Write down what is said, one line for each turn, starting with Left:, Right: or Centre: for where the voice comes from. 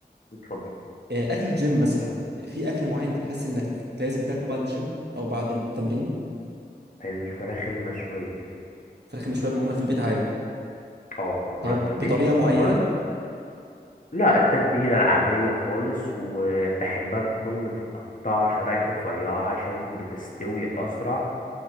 Left: اتفضل
Right: آه، أكل الجيم مثلا في أكل معين أنت تحس إنك لازم تاكله بعد الجيم أو بعد التمرين
Left: الفراخ المشوية
Right: فراخ مشوية معمولة في البيت عادي
Left: اه معمولة
Right: طب
Left: في البيت
Right: بطريقة
Left: او
Right: معينة
Left: لا التتبيلة العادية خالص وبحبها تكون متقطعة شرايح رفيعة عشان بتستوي اسرع